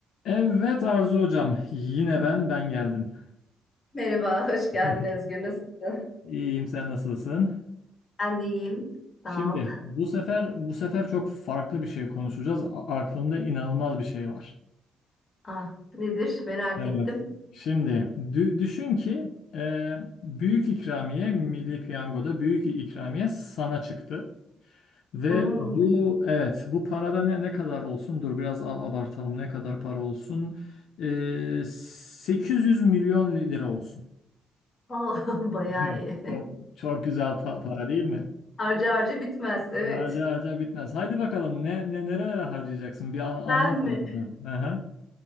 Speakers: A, on the left; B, on the left.
A: Evet Arzu hocam, yine ben ben geldim.
B: Merhaba, hoş geldin
A: <laughs>
B: Özgür. Nasılsın?
A: İyiyim sen nasılsın?
B: Ben de iyiyim.
A: Şimdi
B: Sağ ol.
A: bu sefer bu sefer çok farklı bir şey konuşacağız. A- aklımda inanılmaz bir şey var.
B: Ah, nedir? Merak
A: Evet.
B: ettim.
A: Şimdi dü- düşün ki e, büyük ikramiye Milli Piyango'da büyük ikramiye sana çıktı. Ve
B: Hmm.
A: bu evet bu parada ne, ne kadar olsun? Dur biraz a- abartalım ne kadar para olsun? E, 800 milyon lira olsun.
B: Oh, <laughs> bayağı
A: <laughs> Evet,
B: iyi.
A: Çok çok güzel pa- para değil mi?
B: <laughs> Harcı harcı bitmez, evet.
A: Harca harca bitmez. Haydi bakalım ne, ne nerelere harcayacaksın? Bir an, anlat
B: Ben
A: hele
B: mi?
A: bana. Aha.